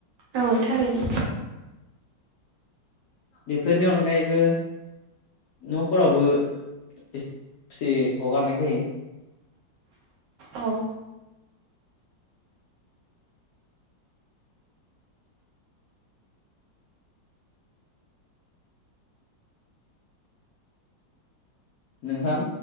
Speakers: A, on the right; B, on the left.
A: औ थारैनो
B: बेफोरनि अनगायैबो न'फोरावबो एसे खुसे हगारनाय जायो
A: औ
B: नोंथां